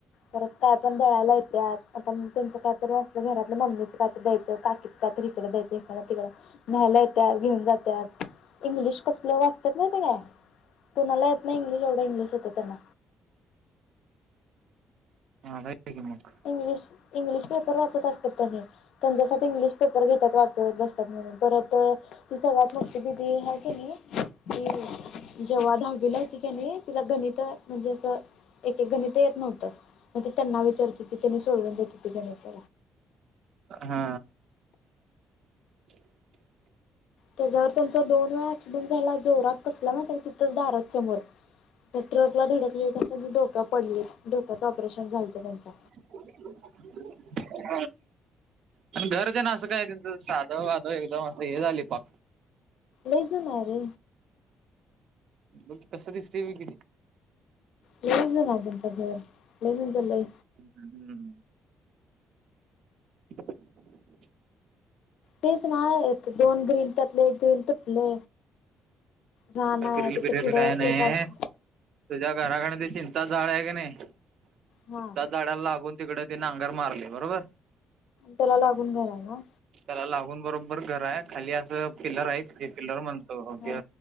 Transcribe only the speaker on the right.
हा लई येतंय मग.
हा <inaudible>
<inaudible> आणि घर दे ना असं काय त्यांचं साधव वाधव एकदम असं हे झालंय पाक
मग कसं दिसते मी किती.
हम्म <inaudible>
तकील
बिरल
काय नाही
तुझ्या घराकडे देशील. झाड आहे का नाही त्यांच्या
झाडाला लागून तिकडे तिने अंगर मारले बरोबर.
ला लागून बरोबर घर आहे खाली असं पिल्लर आहे ते पिल्लर म्हणतो
हे